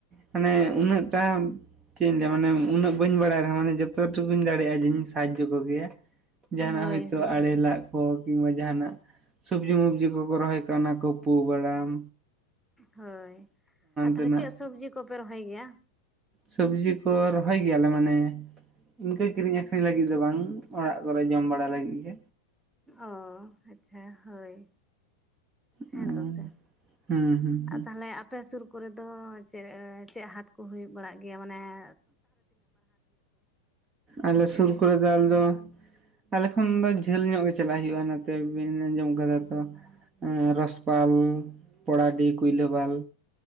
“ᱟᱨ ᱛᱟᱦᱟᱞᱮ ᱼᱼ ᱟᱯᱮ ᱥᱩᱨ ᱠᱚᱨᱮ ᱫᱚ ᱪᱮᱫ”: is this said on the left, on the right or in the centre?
Centre